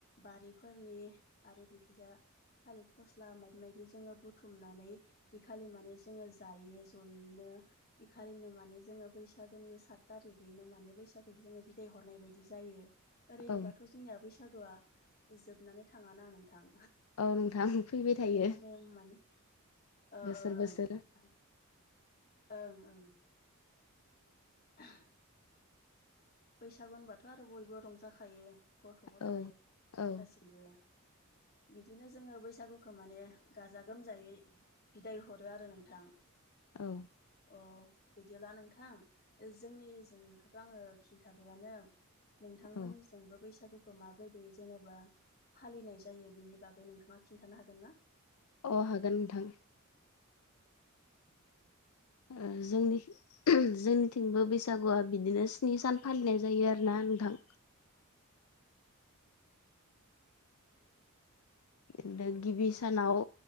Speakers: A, on the left; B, on the left.
A: बारिफोरनि आरो बेखैजा थालिर फस्ला माबि माबि जोङो बुथुमनानै इ खालि माने जोङो जायो जयै नो इखालिनो माने जोङो बैसागोनि सात थारिगयैनो माने बैसागो जों बिदाय हरनाय ब बिदि जायो बेरायनोबाथ
B: औ
A: जोंनिया बैसागुआ जोबनानै थाङा ना नोंथां
B: औ नोंथां फैबाय थायो
A: ओरैनो माने ओ
B: बोसोर
A: ओ
B: बोसोर
A: ओं ओं ओं <unintelligible> बैसागु होनबाथ आरो बयबो रंजाखायो गथ- गथायाइ
B: औ औ
A: गासैबो बिदिनो जोङो बैसागुखौ माने गाजा गोमजायै बिदाय हरो आरो नोंथां
B: औ
A: अ बिदिब्ला नोंथां जोंनि जोंनिखौथ आङो खिन्थाबायानो नोंथांमोननि
B: औ
A: सिमबो बैसागु खौ माबायदि जेनेबा फालिनाय जायो बेनि बागै नोंथाङा खिन्थानो हागोन ना
B: अ हागोन नोंथां ओ जोंनि जोंनिथिंबो बैसागुआ बिदिनो स्नि सान फालिनाय जायो आरो ना ओ नोंथां बिनो गिबि सानाव